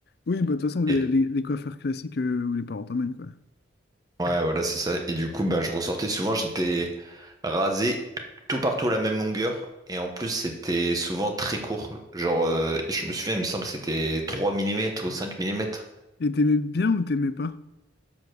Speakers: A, on the left; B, on the right.
A: Oui, bah, de toute façon, les,
B: Et
A: les, les coiffeurs classiques euh, où les parents t'emmènent, quoi.
B: ouais, voilà, c'est ça. Et du coup, bah, je ressortais souvent. J'étais rasé tout partout à la même longueur. Et en plus, c'était souvent très court. Genre, euh, je me souviens, il me semble que c'était 3 millimètres ou cinq millimètres
A: Et t'aimais bien ou t'aimais pas?